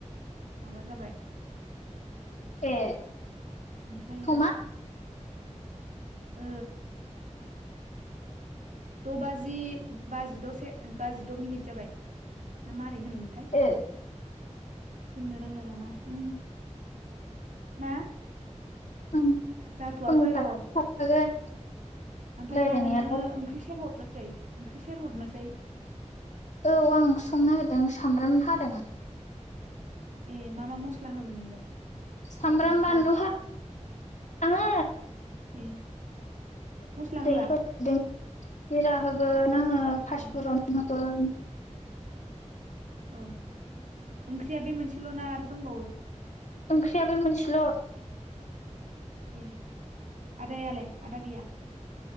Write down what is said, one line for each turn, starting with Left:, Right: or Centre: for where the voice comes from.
Right: माबा जाबाय
Left: ए
Right: ओमफ्रायो
Left: समा
Right: ओ द बाजि बाजिदसे बाजिद मिनिट जाबाय ना मा ओइ होनोमोनथाय
Left: ए
Right: होननो रोंलाय लाङा ओ मा
Left: गाबोन
Right: जाथ'वाखै
Left: समनि खाथियाव
Right: र'
Left: थाखागोन
Right: ओमफ्राय
Left: रायलायनायालाय
Right: मा नोङो ओंख्रि सेर हरनोसै ओंख्रि सेर हरनोसै।
Left: औ आं ओंख्रि संनो नागिरदों सामब्राम हादों आं
Right: ए मा मा मस्ला होगोन नोंलाय?
Left: सामब्राम
Right: ओंख्रियाव
Left: बानलुहा आङो
Right: ए मस्ला होआ
Left: <unintelligible> जिरा होगोन आङो फासटफुरन
Right: दे
Left: होगोन।
Right: औ ओंख्रिया बे मोनसेल' न आरो दंबावो।
Left: ओंख्रिया बे मोनसेल'
Right: दे आदायालाय आदा गैया